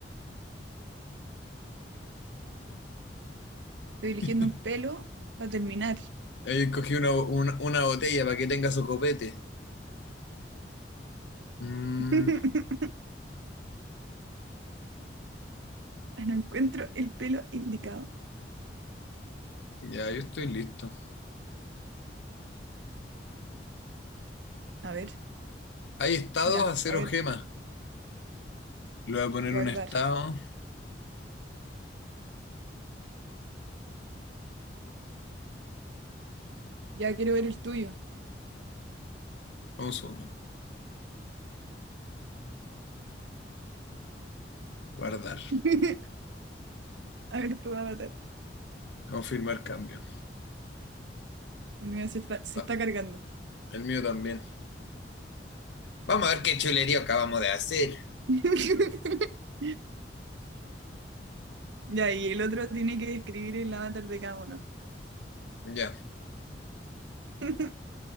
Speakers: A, on the right; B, on the left.
A: eligiendo
B: <laughs>
A: un pelo para terminar.
B: Ahí cogí una, una, una botella para que tenga su copete. Mm,
A: <laughs> No encuentro el pelo indicado.
B: ya, yo estoy listo.
A: A ver,
B: Hay estados
A: ya,
B: a cero
A: a ver,
B: gemas. Le voy a poner
A: guardar.
B: un estado.
A: Ya quiero ver el tuyo.
B: Un segundo. Guardar.
A: <laughs> A ver tu avatar.
B: Confirmar cambio.
A: Mira, se está, se
B: Ah,
A: está cargando.
B: el mío también. Vamos a ver qué chulería acabamos de hacer.
A: <laughs> Ya, y el otro tiene que describir el avatar de cada uno.
B: Ya.
A: <laughs>